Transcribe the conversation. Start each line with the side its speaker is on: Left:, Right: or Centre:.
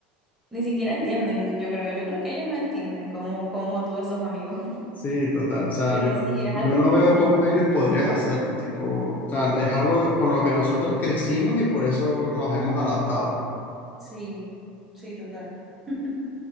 Centre: ni siquiera entienden, yo creo. Yo creo que ellos no entienden cómo, cómo tuve esos amigos. <laughs>
Left: Sí, total. O sea,
Centre: Pero
Left: yo,
Centre: sí, es
Left: yo
Centre: algo,
Left: no
Centre: es
Left: veo
Centre: algo,
Left: cómo ellos podrían hacerlo. Tipo, o sea, es algo con lo que nosotros crecimos y por eso nos hemos adaptado.
Centre: sí, sí, total. <laughs>